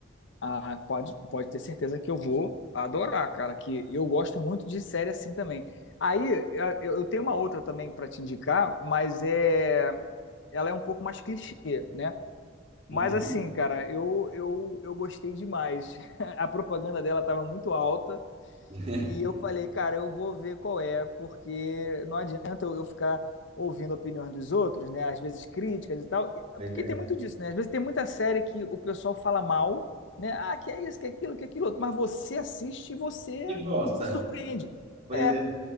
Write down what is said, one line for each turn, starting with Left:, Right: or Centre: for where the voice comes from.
Left: Ah, pode, pode ter certeza que eu vou adorar, cara. Que eu gosto muito de série assim também. Aí a- eu eu tenho uma outra também para te indicar, mas é, ela é um pouco mais clichê, né? Mas
Right: Uhum.
Left: assim, cara, eu, eu, eu gostei demais. <laughs> A propaganda dela estava muito alta.
Right: <laughs>
Left: E eu falei, cara, eu vou ver qual é, porque não adianta eu eu ficar ouvindo a opinião dos outros, né? Às vezes críticas e tal. E- é
Right: Pois
Left: Porque
Right: é.
Left: tem muito disso, né? Às vezes tem muita série que o pessoal fala mal, né? Ah, que é isso, que é aquilo, que é aquilo outro. Mas você assiste e você
Right: E gosta.
Left: se surpreende.
Right: Pois
Left: É.
Right: é.